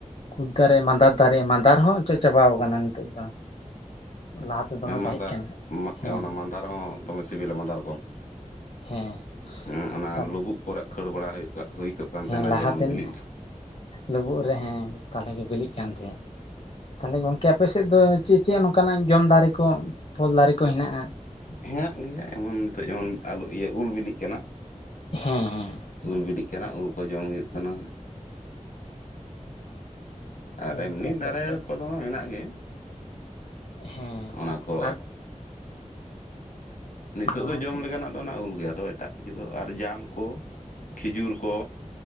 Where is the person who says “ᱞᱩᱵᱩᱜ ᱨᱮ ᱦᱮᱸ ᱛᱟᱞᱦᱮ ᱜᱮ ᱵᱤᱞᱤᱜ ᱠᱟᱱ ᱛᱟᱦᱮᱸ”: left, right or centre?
Left